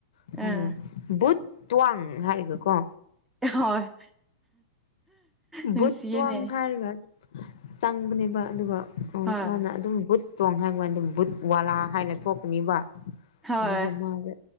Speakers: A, on the left; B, in the centre.
A: <unintelligible>
B: ꯑꯥ
A: ꯕꯨꯠ ꯇ꯭ꯨꯋꯥꯡ ꯍꯥꯏꯔꯒꯀꯣ
B: ꯍꯣꯏ ꯅꯨꯡꯁꯤꯌꯦꯅꯦ
A: ꯕꯨꯠ ꯇ꯭ꯨꯋꯥꯡ ꯍꯥꯏꯔꯒ ꯑꯗꯨ ꯆꯪꯕꯅꯦꯕ ꯑꯗꯨꯒ
B: ꯍꯣꯏ
A: ꯃꯥꯅ ꯑꯗꯨꯝ ꯕꯨꯠ ꯇꯣꯡ ꯍꯥꯏꯕ ꯀꯥꯟꯗ ꯕꯨꯠ ꯋꯥꯂꯥ ꯍꯥꯏꯅ ꯊꯣꯛꯄꯅꯤꯕ
B: ꯍꯣꯏ
A: ꯑꯗꯨꯗ ꯃꯥꯖꯦ